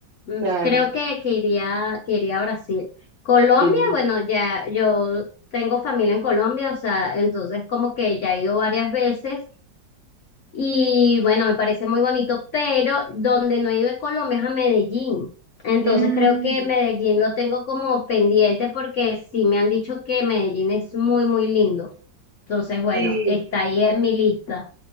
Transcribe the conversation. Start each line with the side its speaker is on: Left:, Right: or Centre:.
Left: Mm,
Right: Claro,
Left: Creo que, que iría, que iría a Brasil. Colombia,
Right: que no.
Left: bueno, ya yo tengo familia en Colombia, o sea, entonces como que ya he ido varias veces y bueno, me parece muy bonito, pero donde no he ido en Colombia es a Medellín. Entonces
Right: Mm,
Left: creo que Medellín lo tengo como pendiente porque sí me han dicho que Medellín es muy, muy lindo. Entonces, bueno,
Right: sí,
Left: está ahí en mi lista.